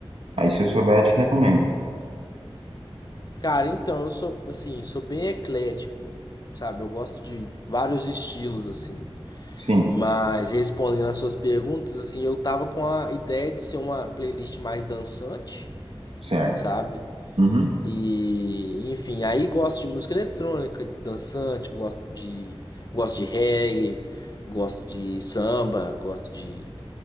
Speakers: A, on the right; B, on the left.
A: Aí se eu souber, eu te recomendo.
B: Cara, então, eu sou, assim, sou bem eclético, sabe? Eu gosto de vários estilos, assim.
A: Sim,
B: Mas respondendo às suas perguntas, assim, eu tava com a ideia de ser uma playlist mais dançante,
A: certo.
B: sabe?
A: Uhum,
B: E, enfim, aí gosto de música eletrônica, dançante, gosto de, gosto de reggae, gosto de samba, gosto de,